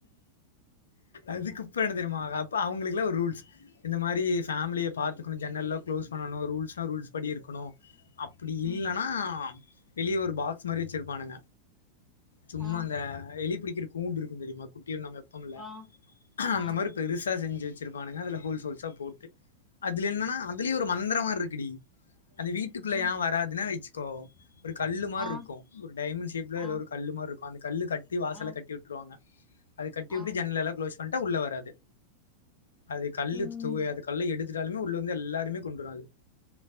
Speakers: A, on the left (about 65°); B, in the centre.
A: அதுக்குப்ப என்ன தெரியுமா அப்ப அவங்களுக்குளா ஒரு ரூல்ஸ் இந்த மாரி ஃபேமிலிய பாத்துக்கணு ஜன்னல்ல குளோஸ் பண்ணணு ரூல்ஸ்னா ரூல்ஸ் படி இருக்கணு அப்டி இல்லன்னா
B: ம்
A: வெளிய ஒரு பாக்ஸ் மாரி வச்சிருப்பானுங்க. சும்மா
B: ஆ
A: அந்த எலி புடிக்கிற கூண்டு இருக்கும் தெறிமா டியு நம்ம எப்பம்ல
B: ஆ
A: அந்த
B: ஆ
A: மாரி பெருசா செஞ் சு வச்சுருப்பானுங்க அதுல ஹோல்ஷோல்ஸா போட்டு அதுல என்னனா அதுலயு ஒரு மந்திரமா இருக்குடி அந்த வீட்டுக்குள்ள
B: ம்
A: ஏ வராதுன்னா வச்சுக்கோ ஒரு கல்லு மார்ருக்கு
B: ஆ
A: ஒரு டைமண்ட் ஷேஃப் புல எதோ
B: ஆ
A: ஒரு கல்லு மார்ருக்கு அந்த கல்லு கட்டி வாசல
B: ஆ
A: கட்டி விட்டுருவாங்க. அது கட்டி வுட்டு
B: ஆ
A: ஜன்னல் எல்லா க்ளோஸ் பண்ட்டா உள்ள வராது அது கல்
B: ம்
A: த்துவ அது கல்ல எடுத் த்துட்டாலுமே உள்ள வந்து எல்லாருமே கொன்று அது